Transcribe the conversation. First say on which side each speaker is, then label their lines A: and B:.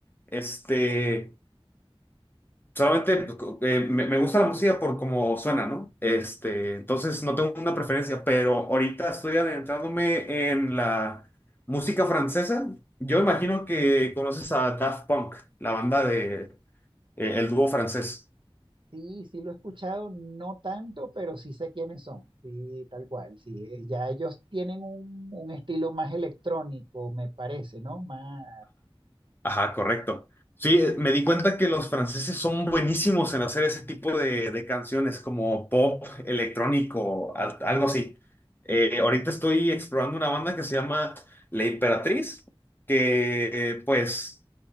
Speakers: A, on the left; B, on the right.
A: Este, solamente pues, co- eh, me, me gusta la música por cómo suena, ¿no? Este, entonces no tengo una preferencia, pero ahorita estoy adentrándome en la música francesa. Yo imagino que conoces a Daft Punk, la banda de, eh, el dúo francés.
B: Sí, sí lo he escuchado, no tanto, pero sí sé quiénes son. Sí, tal cual. Sí, eh, ya ellos tienen un, un estilo más electrónico, me parece, ¿no? Más,
A: Ajá, correcto. Sí, eh, me di cuenta que los franceses son buenísimos en hacer ese tipo de, de canciones como pop, electrónico, al- algo así. Eh, ahorita estoy explorando una banda que se llama La Imperatriz, que eh, pues